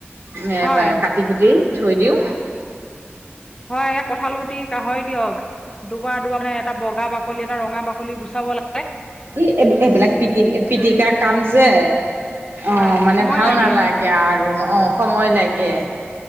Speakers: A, on the right (about 60°); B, on the left (about 20°).
A: নে
B: হয়
A: বে কা টি কুটি থৈ দিও।
B: হয় এই কঁঠাল গুটি কাহয় দিয়ক দুবাৰ দুবা মানে এটা বগা বাকলি এটা ৰঙা বাকলি গুচাব লা
A: ই এইবিলাক পিটি পিটিকা কাম যে অ
B: হয়
A: মানে
B: সময়
A: ভাল
B: লাগে
A: নালা গে আৰু অ সময় লাগে।